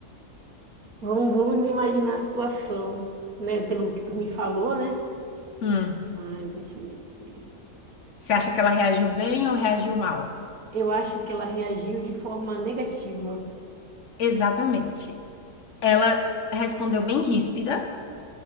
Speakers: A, on the right (about 65°); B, on the left (about 60°).
A: Vamos, vamos imaginar a situação, né? Pelo que tu me falou, né?
B: Hum,
A: Ai, deixa eu ver. aqui.
B: você acha que ela reagiu bem ou reagiu mal?
A: Eu acho que ela reagiu de forma negativa.
B: Exatamente. Ela respondeu bem ríspida,